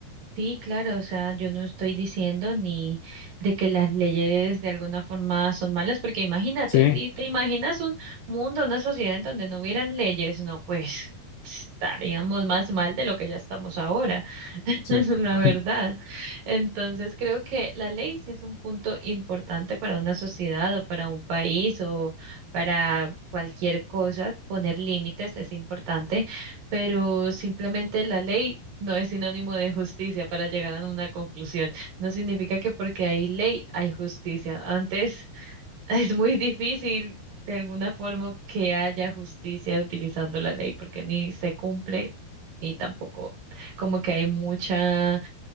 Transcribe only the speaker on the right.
Sí, claro, o sea, yo no estoy diciendo ni de que las leyes de alguna forma son malas, porque imagínate,
si te imaginas un mundo, una sociedad en donde no hubieran leyes, no, pues estaríamos más mal de lo que ya estamos ahora, <laughs>
la
verdad. Entonces, creo que la ley sí es un punto importante para una sociedad o para un país o para cualquier cosa, poner límites es importante pero simplemente la ley no es sinónimo de justicia para llegar a una conclusión. No significa que porque hay ley hay justicia. Antes <laughs> es muy difícil de alguna forma que haya justicia utilizando la ley porque ni se cumple ni tampoco como que hay mucha